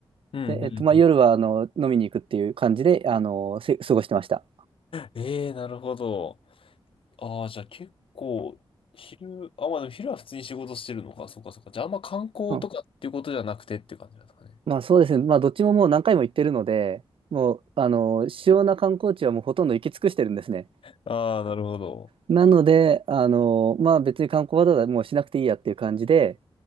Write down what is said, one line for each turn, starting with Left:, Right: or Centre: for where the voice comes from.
Left: うんうんうん。
Right: で、えっと、まあ、夜は、あの、飲みに行くっていう感じで、あのーせ過ごしてました。
Left: ええなるほど。ああ、じゃあ結構、昼、あ、まあでも昼は普通に仕事してるのか。そうかそうか。じゃああんま観光とかっていうことじゃなくてって感じなんですかね。
Right: うん。まあ、そうですね。まあ、どっちももう何回も行ってるので、もう、あのー主要な観光地はもうほとんど行き尽くしてるんですね。
Left: ああ、なるほど。
Right: なので、あのーまあ、別に観光わざわざもうしなくていいやっていう感じで、